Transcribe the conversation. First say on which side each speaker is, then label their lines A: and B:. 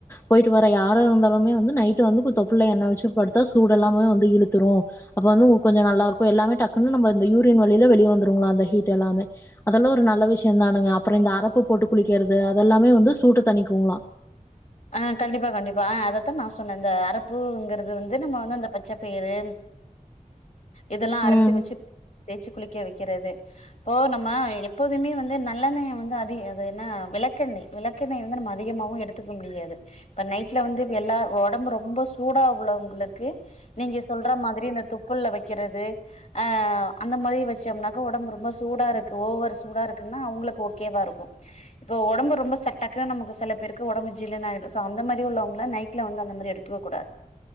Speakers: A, on the left; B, on the left.
A: போய்ட்டு வர யாரா இருந்தாலுமே வந்து நைட்டு வந்து தொப்புல எண்ணய் வச்சு படுத்தா சூடு எல்லாமே வந்து இழுத்துரு அப்ப வந்து உங் கொஞ்சோ நல்லா இருக்கு எல்லாமே டக்குன்னு நம்ம இந்த யூரியன் வழில வெளிய வந்துருங்களா அந்தஹீட் எல்லாமே அதெல்லா ஒரு நல்ல விஷ் நானுங்க அப்றோ இந்த அரப்பு போட்டு குளிக்கிறது அதெல்லாமே வந்து சூட்ட தணிக்குங்ளா
B: அ கண்டிப்பா கண்டிப்பா அ அதத்தா நா சொன்ன இந்த அரப்புங்கிறது வந்து நம்ம வந்து அந்த பச்சப்பயிரு இதெல்லா அரச்சு
A: ம்
B: வச்சு தேச்சு குளி க வைக்கிறது இப்போ நம்ம எப்போதுமே வந்து நல்லெண்ணய வந்து அதி அது என்ன விளக்கெண்ணெய் விளக்கெண்ணெய் வந்து நம்ம அதிகமாவு எடுத்து முடியாது இப்ப நைட்ல வந்து எல்லா ஒடம்பு ரொம்ப சூடா உள்ளவங்களுக்கு நீங்க சொல்ற மாதிரி இந்த தொப்புல்ல வைக்கிறது அ அந்த மாரி வச்சோம்னாக்க ஒடம்பு ரொம்ப சூடா இருக்கு ஒவர் சூடா இருக்குன்னா அவங்களுக்கு ஓகேவா இருக்கு இப்ப ஒடம்பு ரொம்ப சட்டக்கு நமக்கு செல பேருக்கு ஒடம்பு ஜில்லூ ஆயிடும் சோ அந்த மாரி உள்ளவங்கலா நைட்ல வந்து அந்த மாரி எடுத்துக்க கூடாது